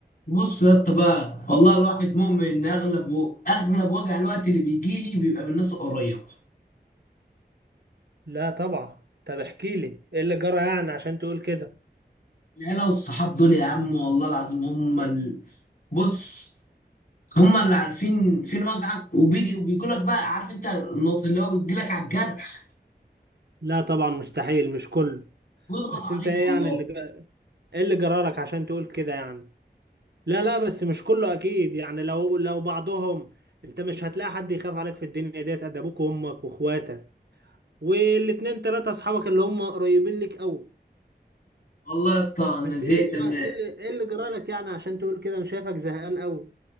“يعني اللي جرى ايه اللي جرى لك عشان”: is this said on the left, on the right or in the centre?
Right